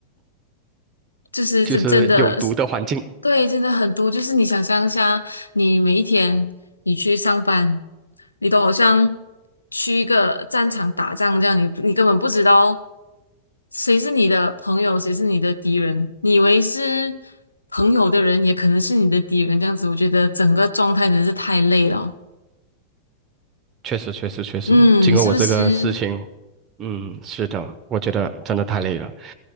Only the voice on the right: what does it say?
就是有毒的环境。
确实，确实，确实，
经过我这个事情，
嗯，是的，我觉得真的太累了。